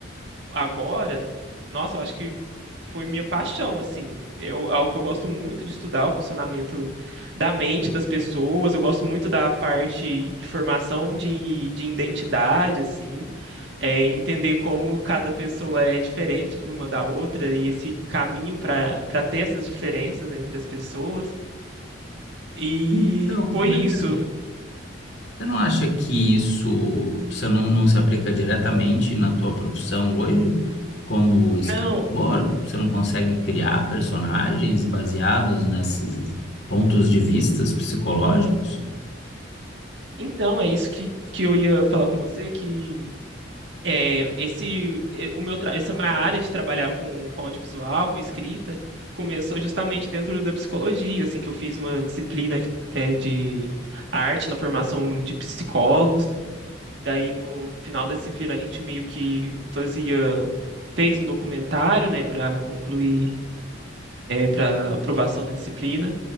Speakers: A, on the right; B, on the left.
A: agora, nossa, eu acho que foi minha paixão, assim. Eu, algo que eu gosto muito de estudar, o funcionamento da mente das pessoas. Eu gosto muito da parte de formação de, de identidade, assim. É, entender como cada pessoa é diferente de uma da outra e esse caminho para para ter essas diferenças entre as pessoas. E
B: Então,
A: foi
B: Marcelo,
A: isso.
B: você não acha que isso, você não, não se aplica diretamente na tua profissão hoje? Como escritor,
A: Não,
B: você não consegue criar personagens baseados nesses pontos de vistas psicológicos?
A: então é isso que, que eu ia falar com você, que é, esse é, o meu tra- essa minha área de trabalhar com, com audiovisual, com escrita, começou justamente dentro da psicologia, assim, que eu fiz uma disciplina é, de arte na formação de psicólogos. Daí no final da disciplina a gente meio que fazia fez um documentário, né, para concluir, para aprovação da disciplina.